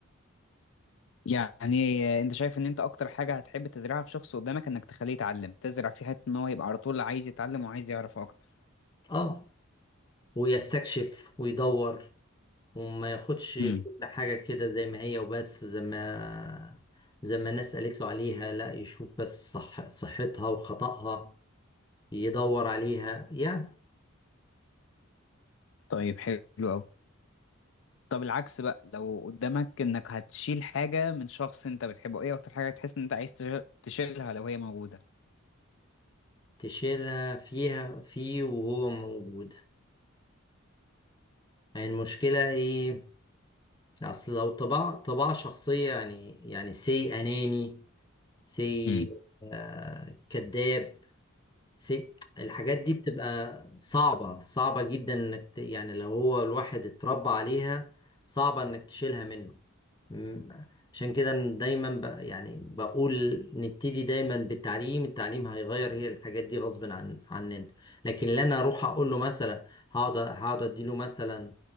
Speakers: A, on the left; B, on the left.
A: يعني انت شايف ان انت اكتر حاجة هتحب تزرعها في شخص قدامك انك تخليه يتعلم تزرع في حتة ان هو يبقى على طول عايز يتعلم وعايز يعرف اكتر
B: اه ويستكشف ويدور وما ياخدش كل
A: امم
B: حاجة كده زي ما هي وبس زي ما زي ما الناس قالت له عليها لا يشوف بس صح صحتها وخطأها يدور عليها يعني
A: طيب حلو قوي طب العكس بقى لو قدامك انك هتشيل حاجة من شخص انت بتحبه ايه اكتر حاجة تحس ان انت عايز تش- تشيلها لو هي موجودة
B: تشيلها فيها فيه وهو موجود يعني المشكلة ايه اصل لو طباع طباع شخصية يعني يعني سي اناني سي
A: امم
B: آه، كذاب سي الحاجات دي بتبقى صعبة صعبة جدا انك ت... يعني لو هو الواحد اتربى عليها صعبة انك تشيلها منه مم. عشان كده أنا دايما ب... يعني بقول نبتدي دايما بالتعليم التعليم هيغير هي الحاجات دي غصب عن عننا لكن لا انا اروح اقول له مثلا هقعد هقعد اديله مثلا